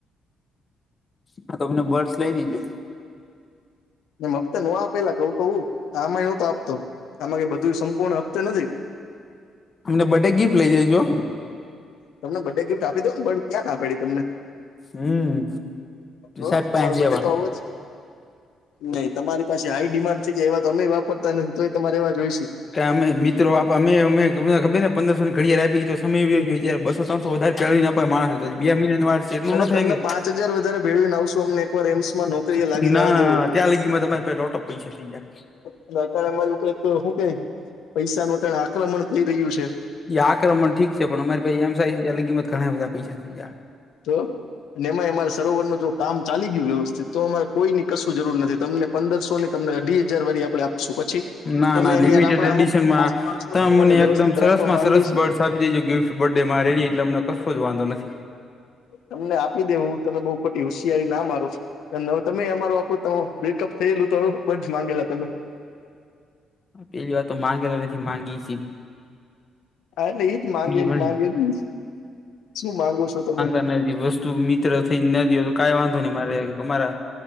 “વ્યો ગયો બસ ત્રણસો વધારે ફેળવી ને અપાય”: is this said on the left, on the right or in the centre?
Left